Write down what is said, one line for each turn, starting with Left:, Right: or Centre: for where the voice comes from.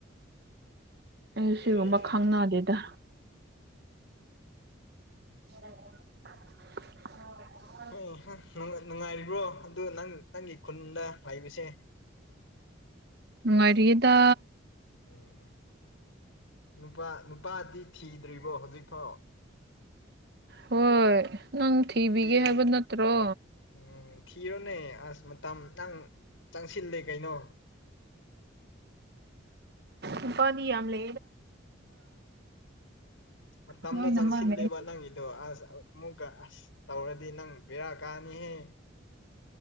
Right: ꯑꯩ ꯁꯤꯒꯨꯝꯕ
Left: ꯌꯥꯏ ꯌꯥꯏ
Right: ꯈꯪꯅꯗꯦꯗ <inaudible> <inaudible>
Left: <unintelligible> ꯅꯨꯡꯉꯥꯏꯔꯤꯕ꯭ꯔꯣ ꯑꯗꯨ ꯅꯪ ꯅꯪꯒꯤ ꯈꯨꯟꯗ ꯂꯩꯕꯁꯦ
Right: ꯅꯨꯡꯉꯥꯏꯔꯤꯗ
Left: ꯎꯝ ꯅꯨꯄꯥ ꯅꯨꯄꯥꯗꯤ ꯊꯤꯗ꯭ꯔꯤꯕꯣ ꯍꯧꯖꯤꯛꯐꯥꯎ
Right: ꯍꯣꯏ ꯅꯪ ꯊꯤꯕꯤꯒꯦ
Left: ꯊꯤꯔꯣ
Right: ꯍꯥꯏꯕ ꯅꯠꯇ꯭ꯔꯣ
Left: ꯎꯝ ꯊꯤꯔꯣꯅꯦ ꯑꯁ ꯃꯇꯝ ꯅꯪ ꯆꯪꯁꯤꯜꯂꯦ ꯀꯩꯅꯣ
Right: ꯅꯨꯄꯥꯗꯤ ꯌꯥꯝꯂ
Left: ꯃꯇꯝꯗꯣ
Right: ꯂꯣꯏꯅꯃꯛ
Left: ꯆꯪꯁꯤꯜꯂꯦꯕ
Right: ꯂꯩ
Left: ꯅꯪꯒꯤꯗꯣ ꯑꯁ ꯑꯃꯨꯛꯀ ꯑꯁ ꯇꯧꯔꯗꯤ ꯅꯪ ꯕꯦꯔꯥ ꯀꯥꯅꯤꯍꯦ